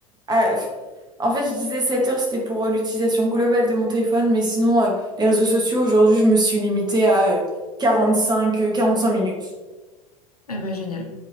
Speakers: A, on the right; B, on the left.
A: à- en fait je disais 7 heures c'était pour euh, l'utilisation globale de mon téléphone mais sinon euh, les réseaux sociaux aujourd'hui je me suis limitée à euh, cinq euh, cinq minutes
B: Eh ben, génial.